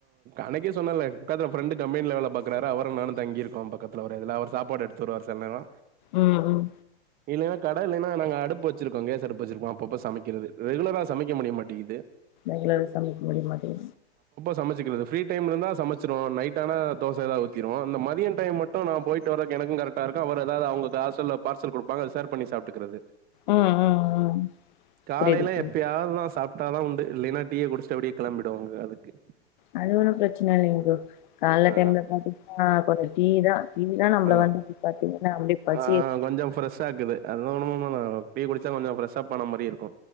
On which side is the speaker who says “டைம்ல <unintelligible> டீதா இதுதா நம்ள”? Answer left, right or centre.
Left